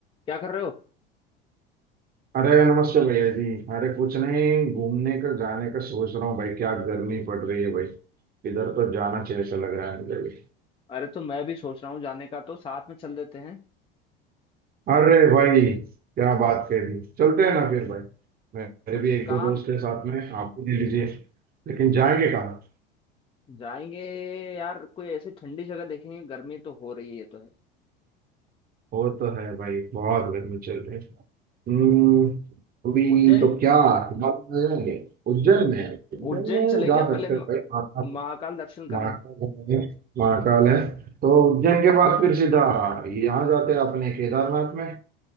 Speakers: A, on the left (about 20°); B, on the right (about 30°).
A: क्या कर रहे हो
B: अरे नमस्ते भैया जी अरे कुछ नहीं घूमने का जाने का सोच रहा हूँ भाई क्या गर्मी पड़ रही है भाई इधर तो जाना चाहिए ऐसा लग रहा है मुझे भी
A: अरे तो मैं भी सोच रहा हूँ जाने का तो साथ में चल देते हैं
B: अरे भाई क्या बात कह दी चलते हैं ना फिर भाई मेरे
A: तो
B: भी एक
A: कहाँ
B: दो दोस्त हैं साथ में आप भी ले लीजिए लेकिन जाएंगे कहाँ
A: जाएंगे यार कोई ऐसी ठंडी जगह देखेंगे गर्मी तो हो रही है ये तो है
B: वो तो है भाई बहुत गर्मी चल रही है हम्म, अभी
A: उज्जैन
B: तो क्या हिमालय में जाएंगे उज्जैन में उज्जैन
A: उज्जैन
B: में
A: चले
B: जा
A: क्या पहले
B: सकते
A: म-
B: हैं भाई
A: महाकाल दर्शन
B: महाकाल
A: करने
B: है महाकाल है तो उज्जैन के पास फिर सीधा यहाँ जाते हैं अपने केदारनाथ में